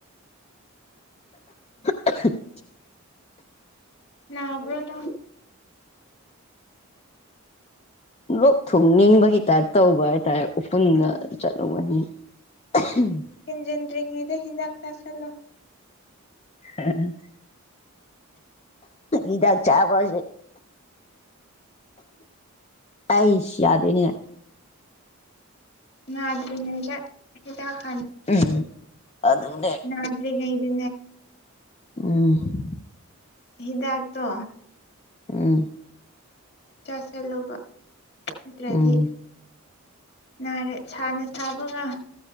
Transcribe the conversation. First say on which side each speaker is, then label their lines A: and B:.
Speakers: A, on the left (about 25°); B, on the left (about 50°).
A: <unintelligible>
B: ꯅꯕ꯭ꯔꯣꯅ꯭ꯔꯣ
A: ꯂꯣꯛ ꯊꯨꯡꯅꯤꯡꯕꯒꯤ ꯇꯥꯏꯞ ꯇꯧꯕ ꯍꯥꯏꯇꯥꯔꯦ ꯎꯄꯨꯟꯒ
B: ꯑꯥ
A: ꯆꯠꯂꯨꯕꯅꯤ ꯎꯝ
B: ꯍꯦꯟꯖꯤꯟꯗ꯭ꯔꯤꯉꯩꯗ ꯍꯤꯗꯥꯛ ꯇꯥꯥꯁꯜꯂꯣ
A: ꯎꯝ ꯏꯗꯥꯛ ꯆꯥꯕꯁꯦ ꯑꯩꯁꯤꯌꯥꯗꯅꯤ
B: ꯅꯅꯦꯖ ꯀ ꯈ
A: ꯎꯝ ꯑꯗꯨꯅꯦ
B: ꯅꯅꯥꯇꯔꯤ ꯀꯩꯗꯤ
A: ꯎꯝ
B: ꯍꯤꯗꯥꯛꯇꯣ
A: ꯎꯝ
B: ꯆꯥ ꯆꯦꯜꯂꯨꯕ ꯅꯠꯇ꯭ꯔꯗꯤ
A: ꯎꯝ
B: ꯅꯥꯔꯦ ꯁꯥꯅ ꯁꯥꯕꯒ